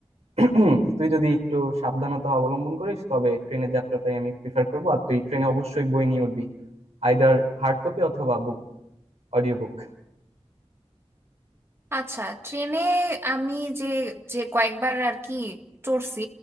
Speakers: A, on the right; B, on the right.
A: <clears throat> তুই যদি একটু সাবধানতা অবলম্বন করিস তবে ট্রেনের যাত্রাটাই আমি প্রিফার করবো আর তুই ট্রেনে অবশ্যই বই নিয়ে উঠবি আইদার হার্ড কপি অথবা বুক অডিও বুক
B: আচ্ছা ট্রেনে আমি যে যে কয়েকবার আর কি চড়ছি